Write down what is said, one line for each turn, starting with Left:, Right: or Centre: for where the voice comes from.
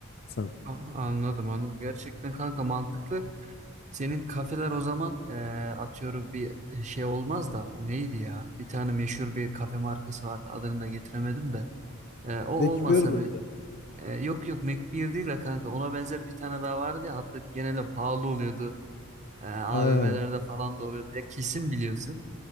Left: sana.
Right: Ah, Anladım anladım. Gerçekten kanka mantıklı. Senin kafeler o zaman e, atıyorum bir şey olmaz da o neydi ya? Bir tane meşhur bir kafe markası vardı adını da getiremedim de. E, o
Left: Bekliyor
Right: olmasa
Left: muydu?
Right: bir Ee, yok yok Mac 1 değil de kanka ona benzer bir tane daha vardı ya hatta genelde pahalı oluyordu. Ee, AVM'lerde
Left: Ha,
Right: falan da oluyordu. Ya kesin biliyorsun.